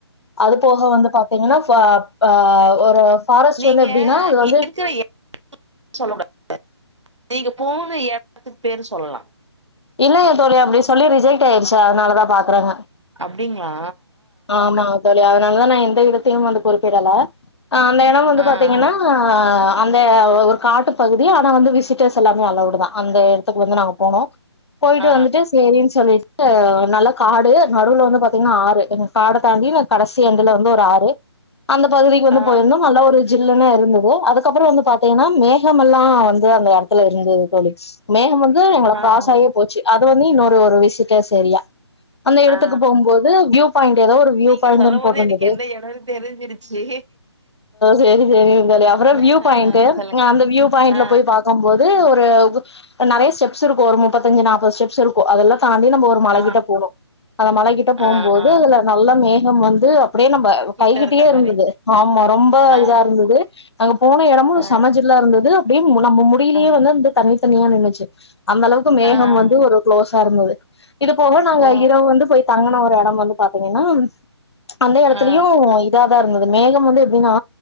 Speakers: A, on the left; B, on the right.
A: அது போக வந்து பாத்தீங்கனா ஃப ஆ ஒரு ஃபாரஸ்ட்
B: நீங்க
A: வந்து எப்டின்னா அது வந்து
B: இருக்கிற எடோ சொல்லக்கூடாது நீங்க போன எடத்து பேரு சொல்லலா
A: இல்லெங்க தோழி அப்டி சொல்லி ரிஜெக்ட் ஆயிடுச்சு அதுனால தா பாக்குறேங்க
B: அப்படிங்களா
A: ஆமா தோழி அதான் நான் எந்த இடத்தையும் வந்து குறிப்பிடல அந்த எடம் வந்து
B: ஆ
A: பாத்தீங்கன்னா அந்த ஒரு காட்டு பகுதி ஆனா வந்து விசிட்டர்ஸ் எல்லாமே அளவுடு தான் அந்த எடத்துக்கு வந்து நாங்க போனோம் போயிட்டு
B: ஆ
A: வந்துட்டு செரின்னு சொல்லி நல்லா காடு நடுவுல வந்து பாத்தீங்கன்னா ஆறு என்ன காட தாண்டி கடைசி அந்துல வந்து ஒரு ஆறு அந்த பகுதிக்கு வந்து
B: ஆ ஆ
A: போயிருந்தோம் நல்ல ஒரு சில்லுனு இருந்தது அதுக்கப்புறம் வந்து பாத்தீங்கன்னா மேகம் எல்லாம் வந்து அந்த எடத்துல இருந்தது தோழி மேகம் வந்து மேகம் வந்து எங்கலகிராஸ்
B: ஆ ஆ
A: ஆகி போச்சு அது வந்து இன்னொரு ஒரு விசிட்டர்ஸ் ஏரியா அந்த இடத்துக்கு
B: ஆ
A: போகும்போது வியூ வியு பாய்ன்ட் ஏதோ ஒரு வியுபாய்ன்ட்
B: நீங்க சொல்லும் போதே
A: போட்டிருந்தது
B: எனக்கு எந்த எடோன்னு தெரிஞ்சிருச்சு
A: செரி செரி தோழி அப்புறம்
B: ஆ சொல்லுங்க
A: அந்த வியுபாய்ன்ட்
B: ஆ
A: ல போய் பாக்கும் போது ஒரு நெறைய ஸ்டெப்ஸ் இருக்கும் ஒரு முப்பத்தஞ்சு நாற்பது ஸ்டெப்ஸ் இருக்கும் அதெல்லாம் தாண்டி நம்ம ஒரு மலகிட்ட
B: ஆ
A: போனும் அந்த மலகிட்ட போகும்போது
B: ஆ ஆ
A: இ இதுல நல்லாமே லாம் வந்து அப்படியே நம்ம
B: கிட்ட
A: கைகிட்டயே
B: இருக்க
A: இருந்தது
B: மாரி
A: ஆமா ரொம்ப
B: ஆ
A: இதா இருந்தது அங்க போன எடமும்
B: ஆ
A: சம ஜில்லா இருந்தது அப்டியே நம்ம முடியிலே
B: ஆ
A: வந்து இந்த தண்ணி தனியா நின்னுச்சு அந்த அளவுக்கு மேகம்
B: ஆ ஆ.
A: வந்து ஒரு குளோஸ் தார் நூறு இது போக நாங்க
B: ஓ
A: இரவு வந்து போய் தங்கன ஒரு எடம் வந்து பாத்தீங்கன்னா அந்த எடத்துலயும்
B: ஆ
A: இதா இருந்தது மேகம் வந்து எப்படின்னா